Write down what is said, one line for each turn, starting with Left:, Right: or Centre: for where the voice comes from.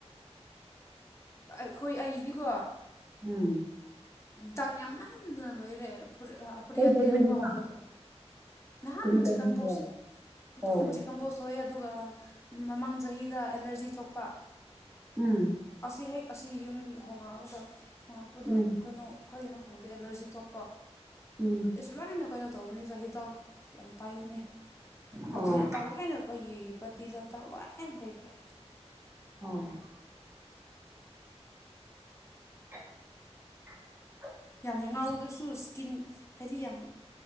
Left: ꯄ ꯈꯣꯏ ꯑꯩꯗꯤꯀꯣ
Right: ꯎꯝ
Left: ꯗꯥꯛ ꯌꯥꯝꯃꯟꯗꯅ ꯂꯣꯏꯔꯦ ꯐꯨꯔꯤ ꯐꯨꯔꯤꯠ
Right: ꯀꯔꯤ
Left: ꯑꯇꯦꯟꯕ
Right: ꯇꯧꯕꯒꯤꯔ
Left: ꯐꯥꯎ ꯍꯥꯞꯄꯗꯣ ꯅꯍꯥꯟ
Right: ꯀꯔꯤ
Left: ꯆꯤꯛꯀꯟ
Right: ꯇꯧꯕꯒꯤꯔ
Left: ꯄꯣꯛꯁ ꯑꯗꯨꯝ
Right: ꯑꯣ
Left: ꯆꯤꯛꯀꯟ ꯄꯣꯁ ꯍꯣꯏ ꯑꯗꯨꯒ ꯃꯃꯥꯡ ꯆꯍꯤꯗ ꯑꯦꯂꯔꯖꯤ ꯊꯣꯛꯄ
Right: ꯎꯝ
Left: ꯑꯁꯤ ꯍꯦꯛ ꯑꯁꯤ ꯌꯨꯝꯗ ꯍꯣꯉꯛꯒꯗ ꯍꯣꯡꯂꯛꯄꯗ
Right: ꯎꯝ
Left: ꯀꯩꯅꯣ ꯀꯩꯒꯤꯅꯣ ꯈꯪꯗꯦ ꯑꯦꯂꯔꯖꯤ ꯊꯣꯛꯄ
Right: ꯎꯝ
Left: ꯏꯁ ꯂꯣꯏꯅ ꯀꯩꯅꯣ ꯇꯧꯕꯅꯤꯗ ꯍꯤꯗꯥꯛ ꯌꯥꯝ ꯇꯩꯕꯅꯦ
Right: ꯑꯣ
Left: ꯑꯗꯨꯗ ꯍꯤꯗꯥꯛ ꯂꯣꯏꯅ <unintelligible> ꯄꯥꯇꯤꯗꯥ ꯗꯥꯛ ꯂꯣꯏꯅ ꯂꯩꯈ꯭ꯔꯦ
Right: ꯑꯣ <inaudible>
Left: ꯌꯥꯝ ꯉꯥꯎꯗ꯭ꯔꯥꯁꯨ ꯏꯁ꯭ꯀꯤꯟ ꯍꯥꯏꯗꯤ ꯌꯥꯝ